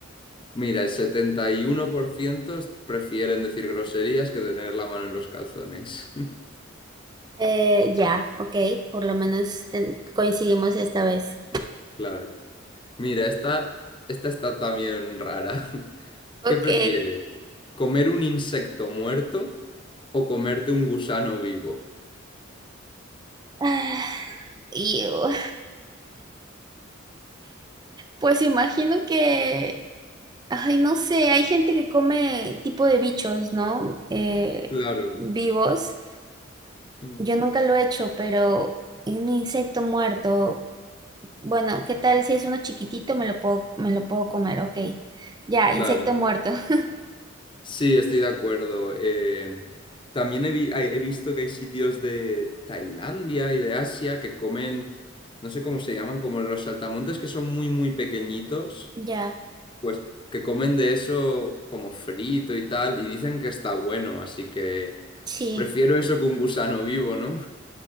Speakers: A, on the left; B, on the right.
A: Mira, el 71% prefieren decir groserías que tener la mano en los calzones. <laughs>
B: Eh, ya, ok, por lo menos ten- coincidimos esta vez.
A: Claro. Mira, esta, esta está también rara. <laughs>
B: Ok.
A: ¿Qué prefieres? ¿Comer un insecto muerto o comerte un gusano vivo?
B: Ah, y, uh, pues imagino que, ay, no sé, hay gente que come tipo de bichos, ¿no? Eh,
A: Claro,
B: vivos.
A: mm,
B: Yo nunca lo he hecho, pero un insecto muerto, bueno, ¿qué tal si es uno chiquitito? Me lo puedo, me lo puedo comer, ok. Ya,
A: claro.
B: insecto muerto. <laughs>
A: Sí, estoy de acuerdo. Eh, también he, vi- he visto que hay sitios de Tailandia y de Asia que comen, no sé cómo se llaman, como los saltamontes que son muy, muy pequeñitos
B: Ya,
A: Pues que comen de eso como frito y tal, y dicen que está bueno, así que
B: sí.
A: prefiero eso que un gusano vivo, ¿no?